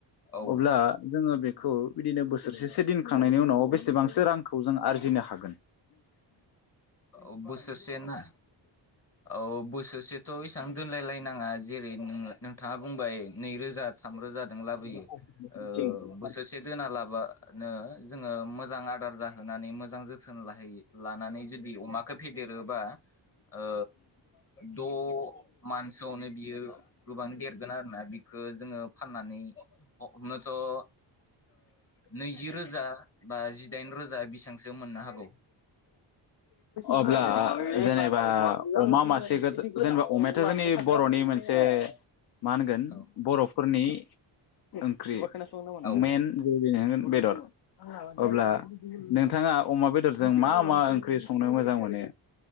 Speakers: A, on the left; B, on the left.
A: औ
B: अब्ला जोङो बे खौ बिदिनो बोसोरसेसो दिनखांनायनि उन उनाव बेसेबांसो रांखौ जों आरजिनो हागोन
A: औ बोसोरसे ना औ बोसोरसेथ' इसां दोनलायलायनाङा जेरै नोङो नोंथाङा बुंबाय नैरोजा थामरोजादों लाबोयो
B: <unintelligible>
A: ओ बोसोरसे दोना लाबानो जोङो मोजां आदार जाहोनानै मोजां जो थोन लाहैयो। लानानै जुदि अमाखौ फेदेरोबा ओ द' मानसोआवनो बियो गोबां देरगोन आरो ना बिखो जोङो फाननानै हमनोथ' ओ नैजि रोजा। बा जिदाइन रोजा बिसांसो मोननो हागौ।
B: अब्ला जेनेबा अमा मासेखोथ' जेनेबा अमायाथ' जोंनि बर'नि मोनसे मा होनगोन
A: औ
B: बर'फोरनि ओंख्रि
A: औ
B: मेन। <unintelligible> बेदर अब्ला नोंथाङा अमा बेदरजों मा मा ओंख्रि संनो मोजां मोनो?